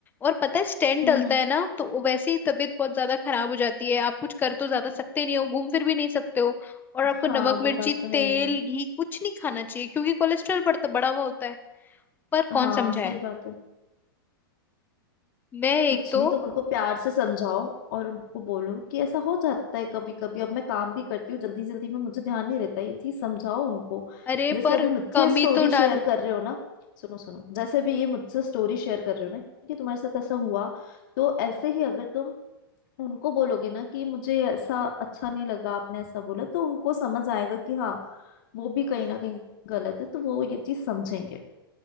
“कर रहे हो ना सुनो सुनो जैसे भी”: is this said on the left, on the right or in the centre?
Left